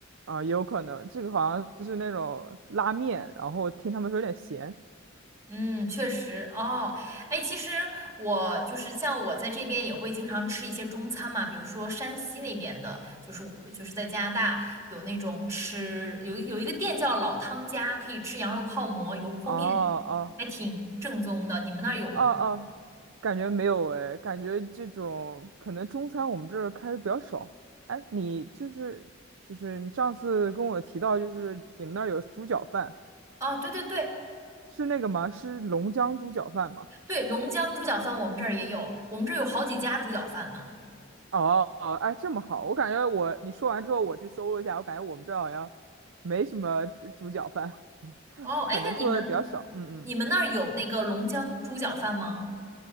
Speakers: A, on the right; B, on the right.
A: 啊，也有可能，这个好像是那种拉面，然后听他们说有点咸。
B: 嗯，确实哦，哎，其实我就是像我在这边也会经常吃一些中餐嘛，比如说山西那边的，就是我就是在加拿大有那种吃有有一个店叫老汤家，可以吃羊肉泡馍、油泼面，
A: 哦哦哦。
B: 还挺正宗的。你们那儿有吗？
A: 哦哦，感觉没有哎，感觉这种可能中餐我们这儿开的比较少。哎，你就是就是你上次跟我提到，就是你们那儿有猪脚饭，
B: 哦，对对对
A: 是那个吗？是龙江猪脚饭吗？
B: 对，龙江猪脚饭我们这儿也有，我们这儿有好几家猪脚饭呢。
A: 哦哦，哎，这么好，我感觉我你说完之后，我去搜了一下，我感觉我们这儿好像没什么猪猪脚饭，<laughs>
B: 哦，
A: 可能做的比较少。
B: 哎，那你们你
A: 嗯嗯。
B: 你们那儿有那个龙江猪脚饭吗？